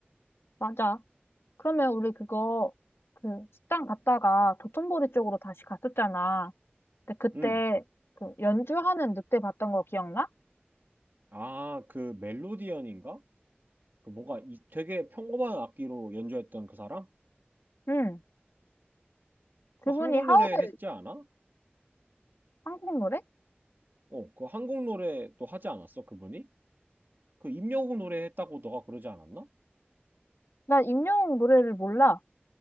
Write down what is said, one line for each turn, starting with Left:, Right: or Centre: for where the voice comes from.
Left: 맞아. 그러면 우리 그거 그 식당 갔다가 도톤보리 쪽으로 다시 갔었잖아. 근데 그때
Right: 음.
Left: 그 연주하는 늑대 봤던 거 기억나?
Right: 아, 그 멜로디언인가? 그 뭔가 이, 되게 평범한 악기로 연주했던 그 사람?
Left: 응.
Right: 그거
Left: 그분이
Right: 한국
Left: 하울의
Right: 노래 했지 않아?
Left: 한국 노래?
Right: 어, 그 한국 노래도 하지 않았어, 그분이? 그 임영웅 노래 했다고 너가 그러지 않았나?
Left: 나 임영웅 노래를 몰라.